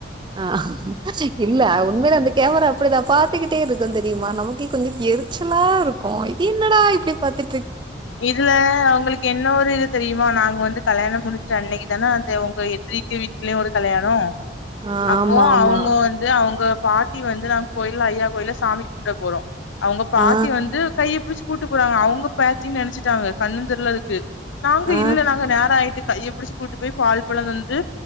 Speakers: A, on the right; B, on the left.
A: அ இல்ல உண்மைல வந்து கேமரா அப்டிதா பாத்துக்கிட்டே இருக்கு தெரியுமா நமக்கு கொஞ்சே எரிச்சலா இருக்கு இது என்னடா இப்புடி பாத்து
B: இதுல அவுங்களுக்கு என்ன ஒரு இது தெரியுமா நாங்க வந்து கல்யாண முடிச் சோ அன்னைக்கு தானா அந்த உங்க எதிர்த்த வீட்டுலயு ஒரு கல்யாணோ
A: ஆ
B: அப்போ
A: ஆமா ஆமா
B: அவுங்க வந்து அவுங்கப் பாட்டி வந்து நாங்க கோயில் ஐயா கோயில சாமி கும்பிட போறோ அவுங்க பாட்டி
A: ஆ
B: வந்து கை பிடிச் கூட்டு போறங்க அவுங்கப் பாட்டி நெனைச்சிட்டாங்க கண்ணு தெரியல அதுக்கு நாங்க
A: ஆ
B: இல்ல நாங்க நேர ஆயித் கையப்பிடிச்சு கூட்டு போய் பால் பழ தந்து